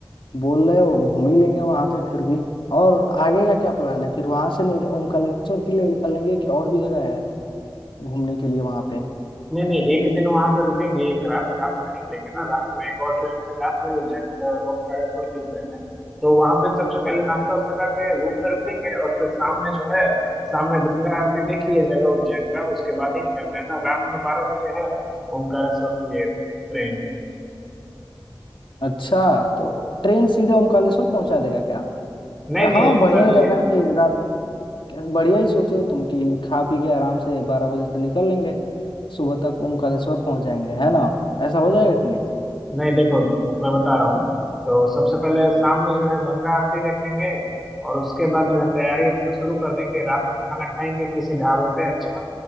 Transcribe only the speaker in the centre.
नहीं नहीं एक दिन वहां पे रुकेंगे एक रात रात में निकलेंगे ना रात में एक और ट्रेन है रात में उज्जैन अ, ओमकारेश्वर की ट्रेन है तो वहां पे सबसे पहले नाश्ता वास्ता करके रूम पे रुकेंगे और फिर शाम में जो है शाम में गंगा आरती देख लिया जाएगा उज्जैन का उसके बाद ही निकलना है ना रात में बारह बजे है ओमकारेश्वर के लिए ट्रेन
नहीं नहीं
ऐसा नहीं
है
नहीं देखो मैं बता रहा हूँ तो सबसे पहले शाम में जो है गंगा आरती देख लेंगे और उसके बाद जो है तैयारी अपना शुरू कर देंगे रात का खाना खाएंगे किसी ढाबे पे अच्छा